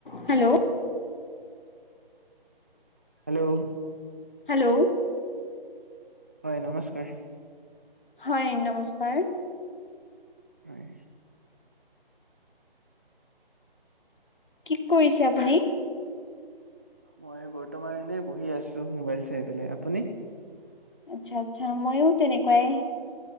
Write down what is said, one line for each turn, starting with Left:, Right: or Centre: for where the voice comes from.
Left: Hello
Right: hello
Left: hello
Right: হয় নমস্কাৰ।
Left: হয় নমস্কাৰ।
Right: হয়।
Left: কি কৰিছে আপুনি?
Right: মই বৰ্তমান এনে বহি আছো মোবাইল চাই পেলাই। আপুনি?
Left: আচ্ছা, আচ্ছা, ময়ো তেনেকুৱাই।